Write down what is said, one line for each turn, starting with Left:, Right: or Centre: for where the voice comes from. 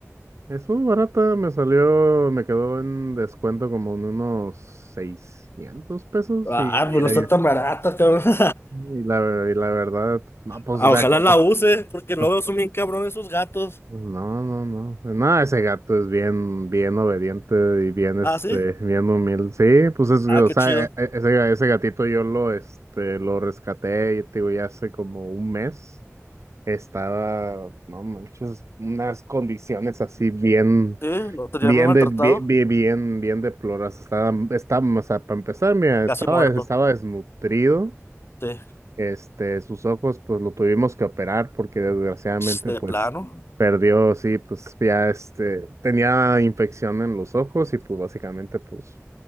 Right: Es muy barata, me salió, me quedó en descuento como en unos 600 pesos
Left: Ah,
Right: y, y
Left: pero
Right: la,
Left: está tan barata, cabrón. <laughs>
Right: Y la, ver- y la verdad, no, pues,
Left: Ah,
Right: o sea,
Left: ojalá
Right: como,
Left: la use, porque luego
Right: no,
Left: son bien cabrones esos gatos.
Right: pues, no, no, no, no, ese gato es bien, bien obediente y bien, este,
Left: Ah, ¿sí?
Right: bien humilde, sí, pues, es, o
Left: Ah, qué
Right: sea,
Left: chido.
Right: e- e- ese, ese gatito yo lo, este, lo rescaté, y, te digo, ya hace como un mes, estaba, no manches, unas condiciones así bien,
Left: Sí, lo tenía
Right: bien,
Left: muy maltratado.
Right: de, bien, bien, bien, bien deploradas, estaba, estaba, o sea, para empezar, mira,
Left: Casi
Right: estaba,
Left: muerto.
Right: estaba desnutrido,
Left: Sí,
Right: Este, sus ojos, pues lo tuvimos que operar porque desgraciadamente,
Left: Ch, de
Right: pues
Left: plano.
Right: perdió, sí, pues ya este, tenía infección en los ojos y pues básicamente, pues